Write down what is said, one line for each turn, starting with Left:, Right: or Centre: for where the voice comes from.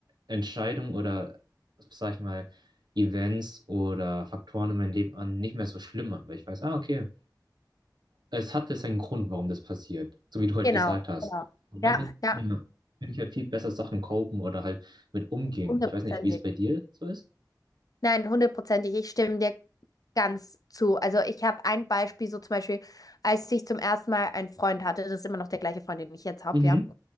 Right: Entscheidung oder, sag ich mal, Events oder Faktoren in meinem Leben an, nicht mehr so schlimm an, weil ich weiß, ah, okay, es hatte seinen Grund, warum das passiert, so wie du halt
Left: Genau,
Right: gesagt hast.
Left: genau.
Right: Und
Left: Ja,
Right: damit,
Left: ja,
Right: ja, kann ich halt viel besser Sachen copen oder halt mit umgehen.
Left: hundertprozentig.
Right: Ich weiß nicht, wie es bei dir so ist.
Left: Nein, hundertprozentig. Ich stimme dir ganz zu. Also ich habe ein Beispiel, so zum Beispiel, als ich zum ersten Mal einen Freund hatte, das ist immer noch der gleiche Freund, den ich jetzt habe,
Right: Mhm.
Left: ja.